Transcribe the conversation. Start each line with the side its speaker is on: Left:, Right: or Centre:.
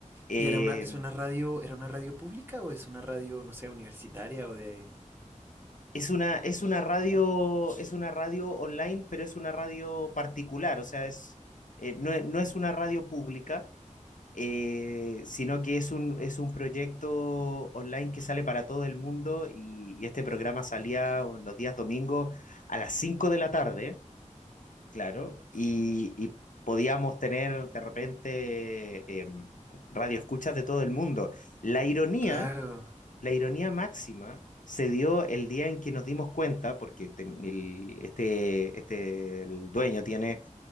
Left: eh,
Right: ¿Y era una, es una radio, era una radio pública o es una radio, no sé, universitaria o de...
Left: Es una, es una radio, es una radio online, pero es una radio particular, o sea, es, eh, no, es- no es una radio pública, eh, sino que es un, es un proyecto online que sale para todo el mundo y, y este programa salía o- los días domingos a las 5 de la tarde, claro, y, y podíamos tener de repente radio radioescuchas de todo el mundo. La ironía
Right: Claro,
Left: la ironía máxima se dio el día en que nos dimos cuenta, porque te- el, este, este, el dueño tiene